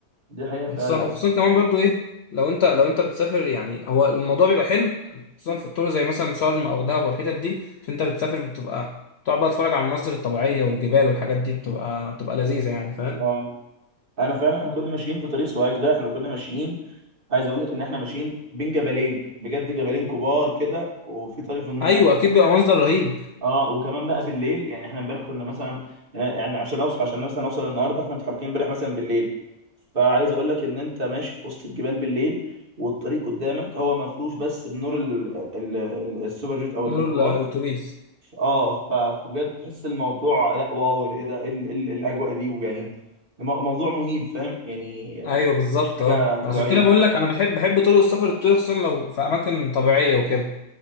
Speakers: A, on the right (about 40°); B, on the left (about 65°).
A: دي حقيقه فعلا
B: وخصوصا
A: يعني
B: وخصوصا كمان برضو ايه لو انت لو انت بتسافر يعني هو الموضوع بيبقى حلو خصوصا في الطرق زي مثلا شرم او دهب والحتت دي عشان انت بتسافر بتبقى تقعد بقى تتفرج على المناظر الطبيعيه والجبال والحاجات دي بتبقى بتبقى لذيذه يعني فاهم
A: اه انا فعلا احنا كنا ماشيين في طريق سوهاج ده احنا كنا ماشيين عايز اقول لك ان احنا ماشيين بين جبلين بجد جبلين كبار كده وفي طريق في النص
B: ايوه اكيد بيبقى منظر رهيب
A: اه وكمان بقى بالليل يعني احنا امبارح كنا مثلا آه، يعني عشان اوصل عشان مثلا اوصل النهارده احنا متحركين امبارح مثلا بالليل فعايز اقول لك ان انت ماشي في وسط الجبال بالليل والطريق قدامك هو مفروش بس بنور ال- ال- ال- السوبر جيت او الميكروباص
B: نور ال- الاتوبيس
A: اه ف- فبجد تحس الموضوع لا واو ايه ده ايه ال- إيه ال- إيه الاجواء دي ويعني المو- موضوع مهيب فاهم يعني
B: ايوه بالظبط
A: مش حاجه
B: اه
A: طبيعيه
B: عشان كده بقول لك انا بحب بحب طرق السفر الطرق خصوصا لو في اماكن طبيعيه وكده